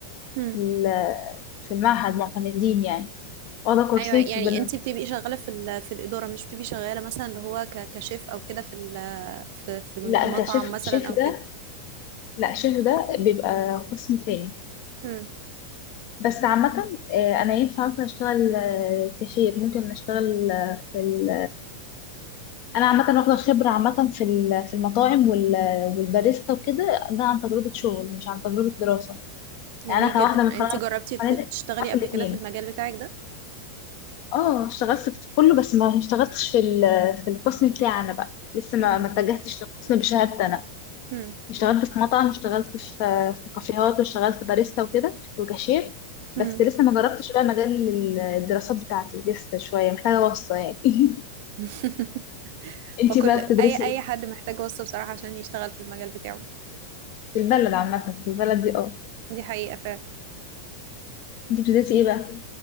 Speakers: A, on the right; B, on the left.
A: مم.
B: في ال- في المعهد معتمدين يعني واخدة كورسين
A: أيوة يعني
B: في برنامج
A: انتي بتبقي شغالة في ال- في الإدارة مش بتبقي شغالة مثلا اللي هو ك- كشيف أو كده في ال- في في المطعم
B: لا كشيف
A: مثلا
B: شيف
A: أو كده
B: ده لا شيف ده بيبقى قسم تاني
A: مم.
B: بس عامة آه، أنا ينفع مثلا أشتغل آه، كاشير ممكن أشتغل آه، في ال انا عامه واخده خبره عامه في ال- في المطاعم وال- والباريستا وكده ده عن تجربه شغل مش عن تجربه دراسه
A: جميل
B: يعني انا كواحده
A: جدا
B: متخرجه
A: انت
B: من
A: جربتي ت-
B: فنادق
A: تشتغلي
B: في
A: قبل
B: الاثنين
A: كده في المجال بتاعك ده
B: اه اشتغلت في كله بس ما اشتغلتش في ال- في القسم بتاعنا بقى لسه ما
A: امم
B: ما اتجهتش للقسم بشهادتي انا
A: امم
B: اشتغلت في مطعم واشتغلت في في كافيهات واشتغلت باريستا وكده وكاشير بس
A: امم
B: لسه ما جربتش بقى مجال ال- الدراسات بتاعتي لسه شويه محتاجه واسطه يعني <laughs>
A: <laughs>
B: انتي
A: وكل
B: بقى بتدرسي
A: اي اي
B: ايه
A: حد محتاج وصفة بصراحة عشان يشتغل في المجال بتاعه
B: في البلد عامه في البلد دي اه
A: دي حقيقة فعلا
B: انتي بتدرسي ايه بقى